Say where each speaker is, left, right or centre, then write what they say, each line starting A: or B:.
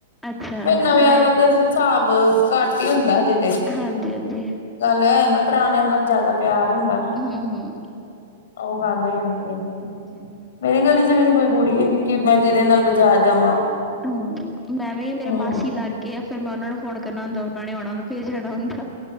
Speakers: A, in the centre; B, on the left.
A: ਅੱਛਾ
B: ਫੇਰ ਨਵਿਆਂ
A: ਰਹਿਣ
B: ਦਾ ਤੇ ਹਿਸਾਬ ਘੱਟ ਹੀ ਹੁੰਦਾ ਹਜੇ ਤੇ।
A: ਹਾਂਜੀ ਹਾਂਜੀ
B: ਗੱਲ ਐ ਨਾ ਪੁਰਾਣਿਆਂ ਨਾਲ ਜਿਆਦਾ ਪਿਆਰ ਹੁੰਦਾ।
A: ਹੂੰ ਹੂੰ
B: ਉਹ ਗੱਲ ਹੋ ਜਾਂਦੀ ਹੈ।
A: ਹਾਂਜੀ ਹਾਂਜੀ,
B: ਮੇਰੀ ਗਲੀ ਚ ਵੀ ਨੀ ਕੋਈ ਕੁੜੀ ਹੈਗੀ ਕਿ ਮੈਂ ਜਿਹਦੇ ਨਾਲ ਬਜਾਰ ਜਾਵਾਂ।
A: ਹੂੰ ਮੈਂ ਵੀ ਮੇਰੇ
B: ਹਮ
A: ਮਾਸੀ ਲਾਗੇ ਆ ਫੇਰ ਮੈਂ ਉਹਨਾਂ ਨੂੰ ਫੋਨ ਕਰਨਾ ਹੁੰਦਾ ਉਹਨਾਂ ਨੇ ਉਹਨਾਂ ਨੂੰ ਫੇਰ ਜਾਣਾ ਹੁੰਦਾ।